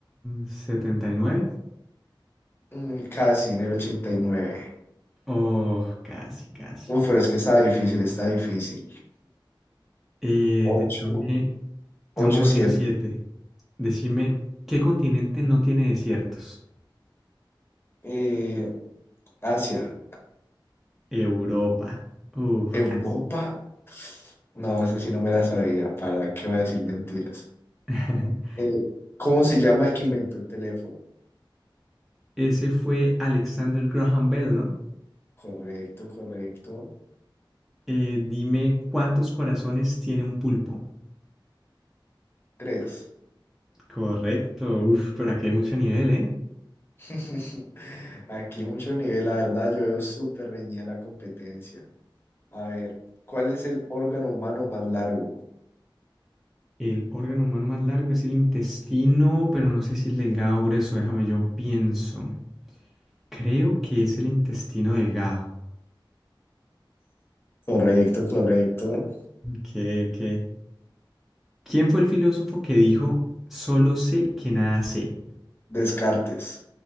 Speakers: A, in the centre; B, on the left.
A: setenta y nueve
B: Mm, casi en el ochenta y nueve
A: Oh, casi, casi.
B: Uf, pero es que está difícil, está difícil.
A: Eh,
B: ocho
A: decime,
B: 8
A: vamos
B: siete
A: ocho siete. Decime, ¿qué continente no tiene desiertos?
B: Eh, Asia,
A: Europa. Uf,
B: Europa.
A: casi.
B: No, eso sí no me la sabía. ¿Para qué va a decir mentiras?
A: <laughs>
B: Eh, ¿cómo se llama el que inventó el teléfono?
A: Ese fue Alexander Graham Bell, ¿no?
B: Correcto, correcto.
A: Eh, dime, ¿cuántos corazones tiene un pulpo?
B: Tres.
A: Correcto. Uf, pero aquí hay mucho nivel, ¿eh?
B: <laughs> Aquí mucho nivel, la verdad, yo veo súper reñida la competencia. A ver, ¿cuál es el órgano humano más largo?
A: El órgano humano más largo es el intestino, pero no sé si el delgado o grueso. Déjame, yo pienso. Creo que es el intestino delgado.
B: Correcto, correcto.
A: Ok, ok. ¿Quién fue el filósofo que dijo, solo sé que nada sé?
B: Descartes.